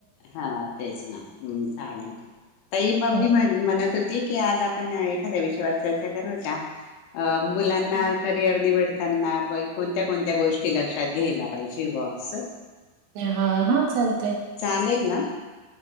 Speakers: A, on the left; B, on the right.
A: हां तेच ना चालायचं तई
B: हम्म
A: म मी म्हण म्हणत होती की आज आपण एखाद्या विषयावर चर्चा करूया का? अ मुलांना क र निवडताना बाई कोणत्या कोणत्या गोष्टी लक्षात घ्यायला पाहिजे बस
B: हा हा चालतय.
A: चालेल ना